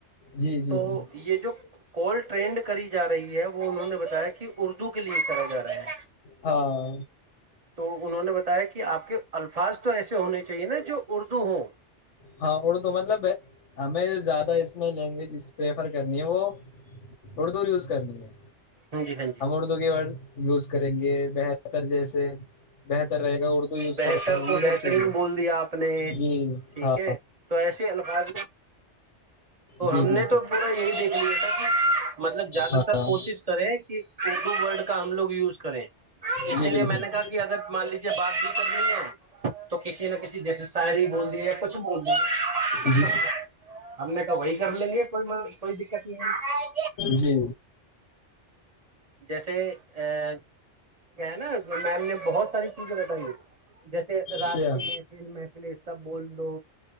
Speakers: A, on the left; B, on the right.
A: جی جی
B: تو
A: جی
B: یہ جو کال ٹرینڈ کری جا رہی ہے وہ انہوں نے بتایا کہ اردو کے لیے کرا جا رہا ہے
A: ہاں
B: تو انہوں نے بتایا کہ آپ کے الفاظ تو ایسے ہونے چاہیے نا جو اردو ہوں
A: ہاں ار توو مطلب ہے ہمیں زیادہ اس میں لینگویج پریفر کرنی ہے وہ تھوڑ دور یوز کرنی ہے
B: ہاں جی ہاں جی
A: ہم
B: ہ
A: اردو کے ورڈ یوز کریں گے بہتر جیسے بہتر رہے گا اردو یوز
B: بہتر
A: کریں
B: کو
A: یہ
B: بہترین
A: سب چیزیں
B: بول دیا آپ نے
A: جی
B: ٹھیک
A: ہاں
B: تو ایسے الفاظ میں تو
A: جی
B: ہم نے
A: بالکل
B: تو پورا یہی دیکھ لیا تھا کہ مطلب زیادہ
A: ہاں
B: تر کوشش کہ اردو ورڈ کا ہم لوگ یوز کریں اسی
A: جی
B: لیے
A: بالکل
B: میں نے کہا کہ اگر مان لیجیے بات بھی کرنی ہو تو کسی کسی نہ کسی جیسے شاعری بول دی ہیںیا کچھ بول دی ہیں
A: جی
B: ہم نے تو وہی کر لیں گے کوئی م کوئی دقت نہیں ہاں <inaudible>
A: جی
B: جیسے ا کیا ہے نا میم نے بہت ساری چیزیں بتائی جیسے
A: اچھا
B: رات کی محفل محفلی سب بول دو